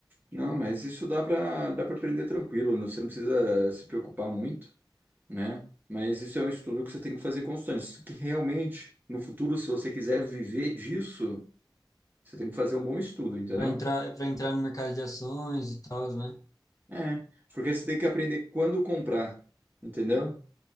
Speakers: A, on the right (about 20°); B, on the left (about 40°).
A: Não, mas isso dá para dá para aprender tranquilo, né? Você não precisa se preocupar muito. né? Mas isso é um estudo que você tem que fazer constante. Isso Que realmente, no futuro, se você quiser viver disso, você tem que fazer um bom estudo, entendeu?
B: Para entrar, para entrar no mercado de ações e tal, né?
A: É, porque você tem que aprender quando comprar, entendeu?